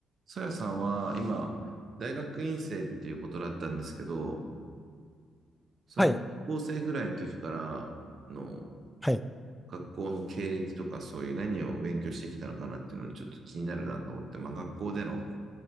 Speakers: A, on the right; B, in the centre.
A: さやさんは今、大学院生っていうことだったんですけど、その高校生ぐらいの時からの
B: はい、はい。
A: 学校の経歴とかそういう何を勉強してきたのかなっていうのがちょっと気になるなと思って、まあ学校での